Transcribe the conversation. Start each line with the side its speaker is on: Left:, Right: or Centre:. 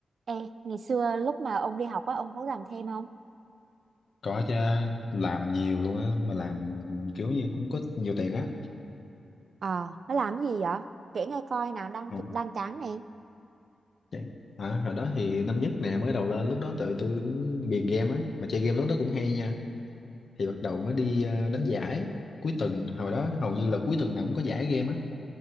Right: Ê, ngày xưa lúc mà ông đi học á, ông có làm thêm không?
Left: có chứ làm nhiều luôn á mà làm kiểu như cũng có nhiều tiền á
Right: Ờ, nó làm gì vậy? Kể nghe coi nào, đang
Left: Ừ,
Right: chụp đang tráng nè.
Left: chán. à, hồi đó thì năm nhất nè mới đầu lên lúc đó tụi tôi cũng ghiền game á mà chơi game lúc đó cũng hay nha thì bắt đầu mới đi ờ, đánh giải cuối tuần hồi đó hầu như là cuối tuần nào cũng có giải game á